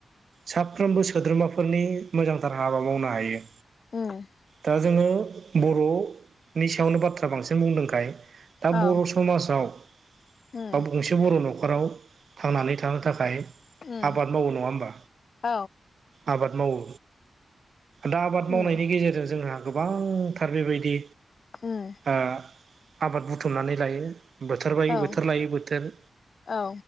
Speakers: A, on the right; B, on the left.
A: साफ्रोमबो सोद्रोमाफोरनि मोजांथार हाबा मावनो हायो।
B: उम।
A: दा जोङो बर'नि सायावनो बाथ्रा बांसिन बुंदोंखाय दा
B: औ
A: बर' समाजाव
B: उम
A: बा <unintelligible> बर' न'खराव थांनानै थानो थाखाय
B: उम
A: आबाद मावो नङा होमबा?
B: औ
A: आबाद मावो दा आबाद
B: उम
A: मावनायनि गेजेरजों जोंहा गोबांथार बेबायदि
B: उम
A: आ आबाद बुथुमनानै लायो बोथोर बायो
B: औ
A: बोथोर लायो बोथोर।
B: औ उम औ